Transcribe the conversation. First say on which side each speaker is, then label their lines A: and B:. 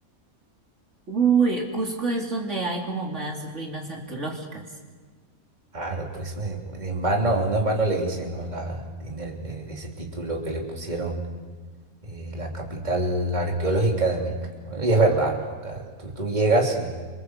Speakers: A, on the right (about 50°); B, on the right (about 30°).
A: Uy, Cusco es donde hay como más ruinas arqueológicas.
B: Claro, pues de- de en vano, no en vano le dicen, ¿no? La, en el- de, de ese título que le pusieron eh, la capital arqueológica de América. ¿no? Y es verdad, ¿no? Acá Tú, tú llegas y,